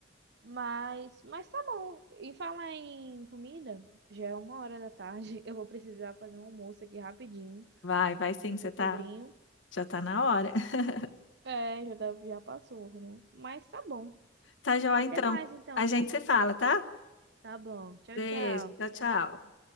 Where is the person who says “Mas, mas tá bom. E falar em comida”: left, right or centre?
Right